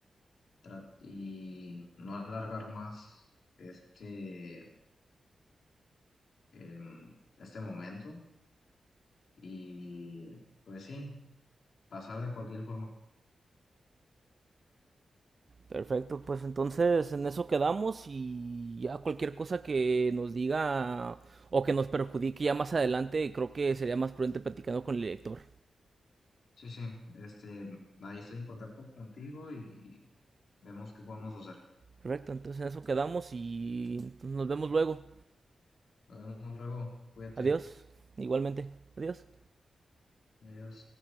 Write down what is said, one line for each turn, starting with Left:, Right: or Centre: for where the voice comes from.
Left: Tra- y no alargar más este, em, este momento y pues sí, pasar de cualquier forma.
Right: Perfecto, pues entonces en eso quedamos y ya cualquier cosa que nos diga o que nos perjudique ya más adelante, creo que sería más prudente platicando con el director.
Left: Sí, sí, este, ahí estoy en contacto contigo y vemos qué podemos hacer.
Right: Correcto, entonces en eso quedamos y nos vemos luego.
Left: Nos vemos luego. Cuídate.
Right: Adiós, igualmente. Adiós.
Left: Adiós.